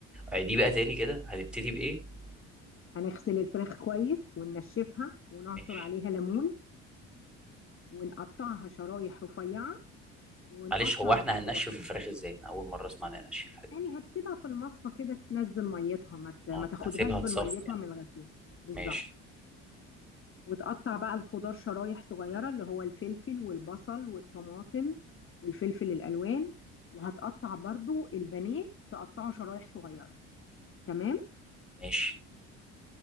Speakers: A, in the centre; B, on the left (about 35°).
A: دي بقى تاني كده هنبتدي بايه
B: هنغسل الفراخ كويس وننشفها ونعصر
A: ماشي
B: عليها ليمون ونقطعها شرايح رفيعة ونقطع
A: معلش هو احنا
B: الخضار
A: هننشف الفراخ ازاي انا اول مرة اسمع إن ننشفها دي
B: يعني هتسيبها في المصفى كده تنزل ميتها ما ت-
A: اه
B: ما تاخدهاش
A: هسيبها
B: بالميتها
A: تصفي يعني
B: من الغسيل بالظبط
A: ماشي
B: وتقطع بقى الخضار شرايح صغيرة اللي هو الفلفل والبصل والطماطم والفلفل الألوان وهتقطع برضو البانيه تقطعه شرايح صغيرة تمام
A: ماشي